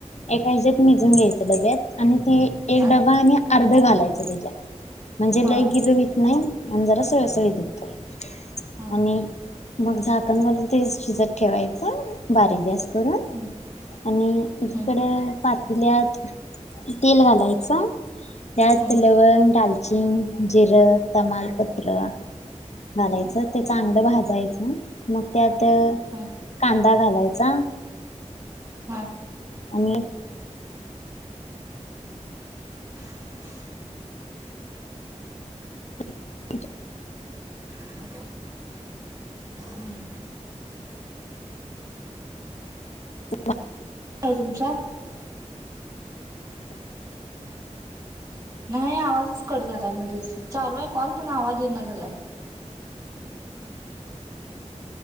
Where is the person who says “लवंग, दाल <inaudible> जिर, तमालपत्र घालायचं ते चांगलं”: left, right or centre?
Left